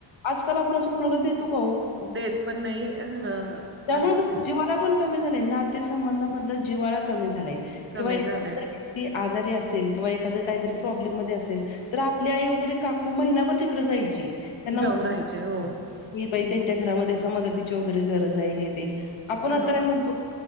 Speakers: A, on the left; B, on the right.
A: आजकाल आपण असं कुणाला देतो का हो.
B: देत पण नाही. हं.
A: त्यामुळं
B: काहीच नाही.
A: जिव्हाळा पण कमी झालाय, नातेसंबंधामधलं जिव्हाळा कमी झालाय.
B: कमी
A: किंवा एखाद
B: झालंय.
A: <unintelligible> आजारी असेल किंवा एखाद काहीतरी प्रॉब्लेममध्ये असेल तर आपली आई वगैरे काकू महिनाभर तिकडं जायची. त्यांना
B: जाऊन
A: मदत
B: राहायचे
A: <unintelligible>
B: हो.
A: की बाई त्यांच्यात घरामध्ये असं मदतीची वगैरे गरज आहे हे ते आपण
B: हां.
A: आता काय म्हणतो?